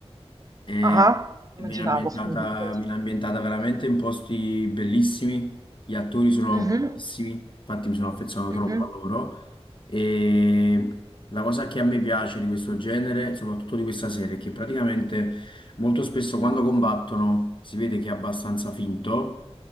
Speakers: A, on the left; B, on the right.
A: e
B: Ah, immaginavo,
A: e viene ambientata,
B: <laughs> dal titolo.
A: viene ambientata veramente in posti bellissimi, gli attori sono
B: Mhm,
A: bravissimi, infatti mi sono affezionato
B: mhm.
A: troppo a loro e la cosa che a me piace di questo genere, soprattutto di questa serie, è che praticamente molto spesso quando combattono si vede che è abbastanza finto.